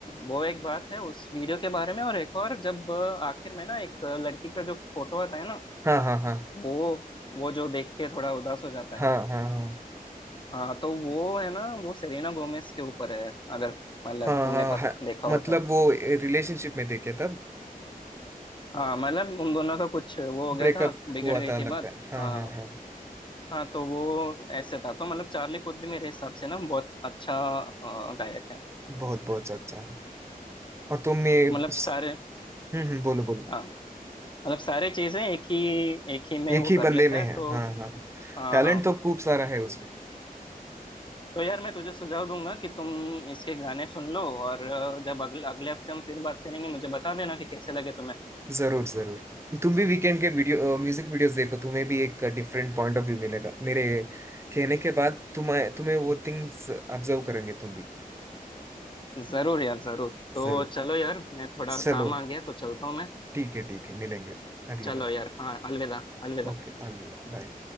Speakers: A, on the left (about 35°); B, on the right (about 20°).
A: वो एक बात है उस वीडियो के बारे में और एक और जब अ, आखिर में ना एक लड़की का जो फोटो आता है ना
B: हाँ हाँ हाँ
A: वो वो जो देख के थोड़ा उदास हो जाता
B: हाँ
A: है
B: हाँ हाँ
A: हाँ तो वो है ना वो सेलेना गोमेज के ऊपर है अगर मतलब
B: हाँ
A: तुमने
B: हाँ
A: पत,
B: हाँ
A: देखा हो
B: मतलब
A: तो
B: वो रिलेशनशिप में देखे तब
A: हाँ मतलब उन दोनों का कुछ वो हो गया
B: ब्रेकअप
A: था बिगड़
B: हुआ
A: गई
B: था
A: थी
B: लगता
A: बात
B: है हाँ
A: हाँ
B: हाँ हाँ
A: हाँ तो वो ऐसे था तो मतलब चार्ली पुथ भी मेरे हिसाब से ना बहुत अच्छा अ, गायक है
B: बहुत बहुत अच्छा है और तुमने हम्म
A: मतलब सारे
B: हम्म बोलो बोलो
A: हाँ मतलब सारे चीजें एक ही एक ही में
B: एक
A: वो
B: ही
A: कर
B: बंदे
A: लेता
B: में
A: है
B: है
A: तो
B: हाँ हाँ हाँ।
A: हाँ
B: टैलेंट
A: हाँ।
B: तो खूब सारा है उसमें
A: तो यार मैं तुझे सुझाव दूंगा कि तुम इसके गाने सुन लो और अ, जब अगले अगले हफ्ते हम फिर बात करेंगे मुझे बता देना कि कैसे लगे तुम्हें
B: जरूर जरूर तुम भी वीकेंड के वीडियो म्यूजिक वीडियोस देखो तुम्हें भी एक डिफरेंट पॉइंट ऑफ व्यू मिलेगा मेरे कहने के बाद तुम्हें तुम्हें वो थिंग्स ऑब्जर्व करेंगे तुम भी
A: जरूर यार जरूर तो
B: जरूर
A: चलो यार मैं थोड़ा
B: चलो
A: काम आ गया तो चलता हूँ मैं
B: ठीक है ठीक है मिलेंगे अगली
A: चलो
B: बार
A: यार हाँ अलविदा अलविदा
B: ओके अलविदा बाय